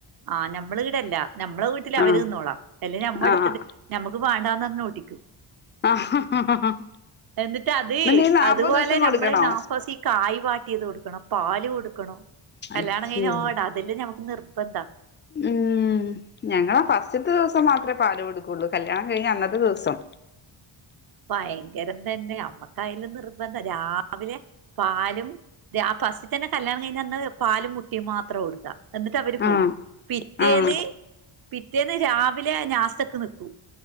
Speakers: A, on the right; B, on the left.
A: ആഹ് നമ്മുടെ ഇവിടെല്ല നമ്മളെ വീട്ടില് അവര്
B: ആഹ്
A: നിന്നോളാം അല്ല നമ്മെ എടുത്തിട്ട്
B: ആഹ്
A: നമുക്ക് വാണ്ടാന്ന് പറഞ്ഞ് ഓടിക്കും
B: <unintelligible>
A: എന്നിട്ട് അത്
B: എന്നിട്ട് ഈ നാപ്പത്
A: അതുപോലെ
B: ദിവസം കൊടുക്കണോ
A: നമ്മള് നാപ്പോസം ഈ കായ് വാട്ടിയത് കൊടുക്കണം പാല് കൊടുക്കണം കല്യാണം
B: അയ്യേ
A: കഴിഞ്ഞോടതില് ഞമ്മക്ക് നിർബന്ധം
B: ഉം ഞങ്ങളാ ഫസ്റ്റത്തെ ദിവസം മാത്രെ പാല് കൊടുക്കുള്ളൂ കല്യാണം കഴിഞ്ഞ് അന്നത്തെ ദിവസം
A: ഭയങ്കരം തന്നെ ഞമ്മക്കതിലും നിർബന്ധ രാവിലെ പാലും രാ ഫസ്റ്റി തന്നെ കല്യാണം കഴിഞ്ഞന്ന് പാലും മുട്ടേ മാത്ര കൊടുക്കാ എന്നിട്ട് അവര് പോവും
B: ആഹ്
A: പിറ്റേന്ന്
B: ആഹ്
A: പിറ്റേന്ന് രാവിലെ നാസ്ത്തക്ക് നിക്കും